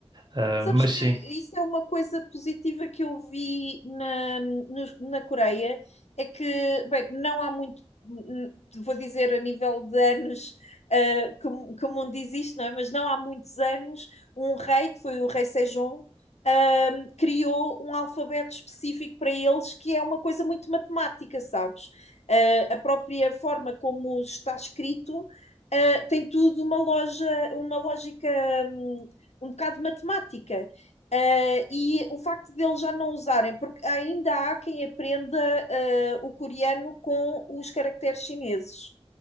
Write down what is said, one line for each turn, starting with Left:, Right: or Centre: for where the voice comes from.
Right: Ah,
Left: Sabes
Right: mas
Left: que
Right: sim,
Left: isso é uma coisa positiva que eu vi na, nos- na Coreia, é que, bem, não há muito, hum, vou dizer a nível de anos, ah, que, o- que o mundo existe, não é? Mas não há muitos anos, um rei, que foi o rei Sejong, ah, criou um alfabeto específico para eles, que é uma coisa muito matemática, sabes? Ah, a própria forma como está escrito, ah, tem tudo uma loja, uma lógica hum, um bocado de matemática. Eh, e o facto de eles já não usarem, porque ainda há quem aprenda eh, o coreano com os caracteres chineses.